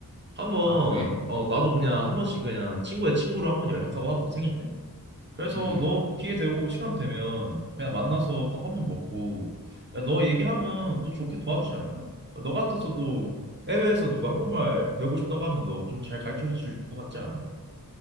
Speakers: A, on the right (about 30°); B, on the left (about 15°).
A: 한번
B: 아, 그래?
A: 어 나도 그냥
B: 응,
A: 한 번씩 그냥 친구의 친구로 한 번 연락하고 하거든 생일 때. 그래서
B: 응, 응.
A: 너 기회 되고 시간 되면 그냥 만나서 밥 한 번 먹고 야, 너 얘기하면 또 좋게 도와주지 않을까? 너 같아서도 해외에서 누가 한국말 배우고 싶다고 하면 너 좀 잘 가르쳐 줄 것 같지 않아?